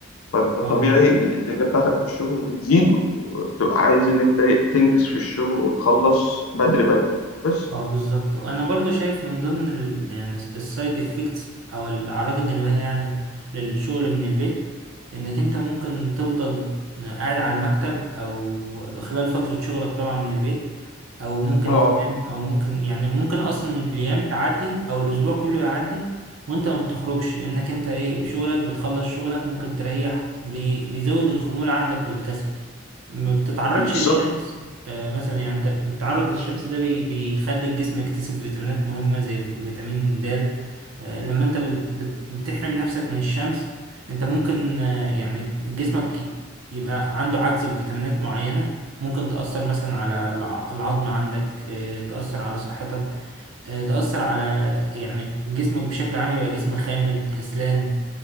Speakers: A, on the left (about 80°); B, on the right (about 70°).
A: فانت طبيعي
B: اه
A: بالانتاجيه بتاعتك في الشغل بتزيد وبتبقى عايز ان انت إيه، تنجز في الشغل وتخلص بدري بدري بس
B: اه بالظبط وانا برضو شايف من ضمن ال... يعني السايد افكتس او الاعراض الجانبيه يعني للشغل من البيت انك انت ممكن تفضل قاعد على المكتب او خلال فتره شغلك طبعا من البيت او ممكن
A: اه
B: تنام او ممكن يعني ممكن اصلا الايام تعدي او الاسبوع كله يعدي وانت ما بتخرجش لانك انت ايه شغلك بتخلص شغلك ممكن تريح بي... بيزود الخمول عندك والكسل ما بتتعرضش
A: بالظبط
B: للشمس آه مثلا يعني انت التعرض للشمس ده بي- بيخلي الجسم يكتسب فيتامينات مهمة زي فيتامين د آه لما انت بت بت بتحرم نفسك من الشمس انت ممكن آه يعني جسمك يبقى عنده عجز في فيتامينات معينة ممكن تأثر مثلا على الع- العظم عندك آه تأثر على صحتك آه تأثر على يعني جسمك بشكل عام يبقى جسم خامل كسلان